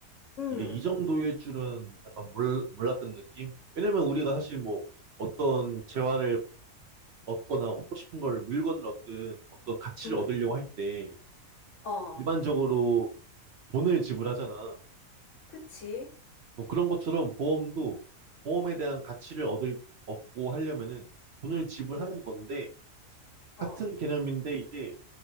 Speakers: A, on the left; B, on the right.
A: 음,
B: 이게 이 정도일 줄은 약간 몰, 몰랐던 느낌? 왜냐면 우리가 사실 뭐 어떤 재화를 얻거나 얻고 싶은 걸 물건을 얻든 어떤 가치를
A: 음,
B: 얻으려고 할 때
A: 어,
B: 일반적으로 돈을 지불하잖아.
A: 그치?
B: 뭐 그런 것처럼 보험도 보험에 대한 가치를 얻을 얻고 하려면은 돈을 지불하는
A: 음,
B: 건데
A: 어,
B: 같은 개념인데 이게